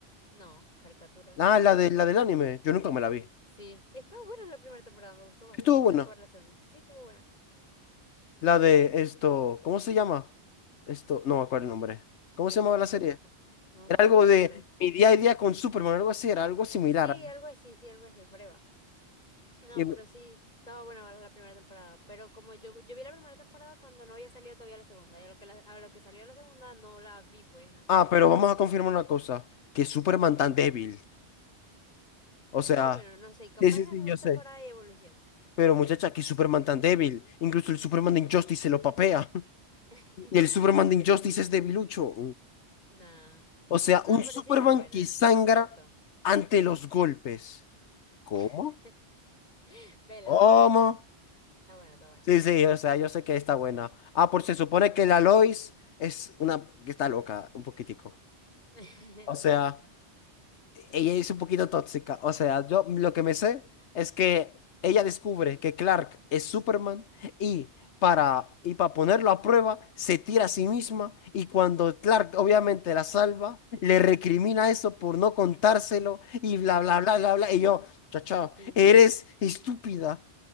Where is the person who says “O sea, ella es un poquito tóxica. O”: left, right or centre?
Left